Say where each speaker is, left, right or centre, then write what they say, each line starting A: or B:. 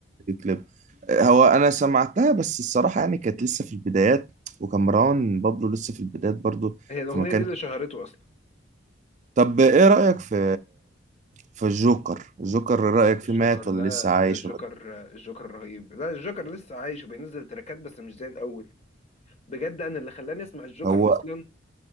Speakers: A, on the right (about 40°); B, on the left (about 35°).
A: في كليب هو انا سمعتها بس الصراحه يعني كانت لسه في البدايات وكان مروان بابلو لسه في البدايات برضو
B: هي الأغنية
A: فما كان
B: دي اللي شهرته أصلا
A: طب ايه رايك في في الجوكر الجوكر رايك فيه
B: الجوكر
A: مات ولا
B: لا
A: لسه عايش
B: ده الجوكر
A: ولا
B: الجوكر رهيب لا الجوكر لسه عايش وبينزل تراكات بس مش زي الأول بجد أنا اللي خلاني أسمع الجوكر
A: هو
B: أصلا